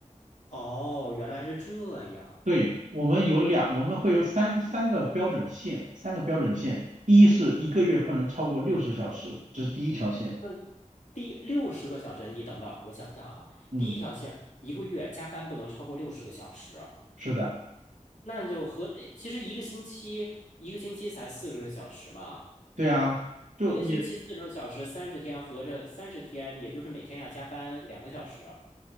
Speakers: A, on the left; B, on the right.
A: 哦，原来是这样。
B: 对，我们有两，我们会有三三个标准线，三个标准线，一是一个月不能超过六十小时，这是第一条线。
A: 一个第六十个小时，你等等，我想想啊，
B: 嗯，
A: 第一条线一个月加班不能超过六十个小时，
B: 是的，
A: 那就合，诶其实一个星期一个星期才四十个小时嘛，
B: 对啊，就你。
A: 一个星期四十个小时，三十天合着三十天，也就是每天要加班两个小时。